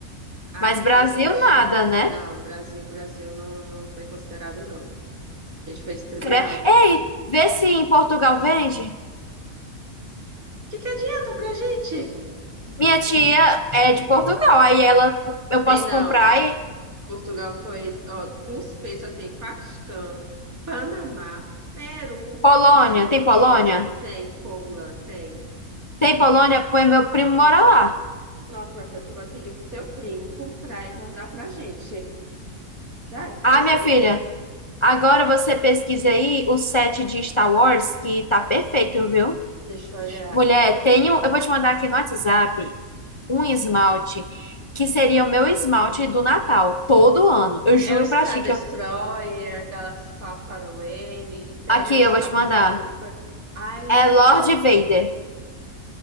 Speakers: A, on the right; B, on the left.
A: Ai,
B: Mas
A: eu fiquei
B: Brasil
A: triste.
B: nada, né?
A: Não, Brasil, Brasil não, não foi considerado, não. A gente foi discriminada.
B: Cre- Ei,
A: O
B: vê se em Portugal vende.
A: que que adianta pra gente?
B: Minha tia é de Portugal, aí ela eu
A: Tem
B: posso
A: não.
B: comprar e
A: Portugal foi, ó, com os P só tem Paquistão, Panamá, Peru,
B: Polônia,
A: Filipinas,
B: tem Polônia?
A: tem, Poland, tem.
B: Tem Polônia, pois meu primo mora lá.
A: Nossa, minha filha, tu vai pedir pro teu primo comprar e mandar pra gente. Ai,
B: Ah,
A: pensei
B: minha filha,
A: isso.
B: agora você pesquisa aí o set de Star Wars que tá perfeito, viu?
A: Deixa eu olhar.
B: Mulher, tenho, eu vou te mandar aqui no WhatsApp um esmalte que seria o meu esmalte do Natal, todo ano. Eu juro
A: É o Star
B: pra ti
A: Destroyer,
B: que eu-
A: Galaxy Far Far Away, Imperial
B: aqui
A: Stormtrooper.
B: eu vou te mandar.
A: Ai,
B: É Lord Vader.